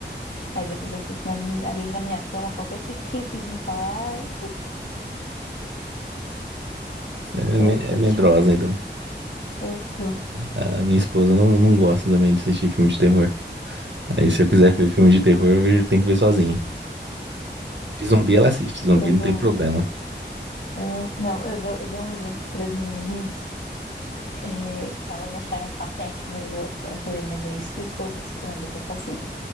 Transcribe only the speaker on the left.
Aí depois eu fico na- ali na minha cama, qualquer que- cliquezinho fala, ai.
Então
eu fui.
Eu sou,
né?
Eu dou,
é, não, eu dou, eu dou um exemplo para as minhas amigas, é, que elas acharam patético, mas eu, eu falei, mas é isso que eu estou buscando. Que eu falo assim,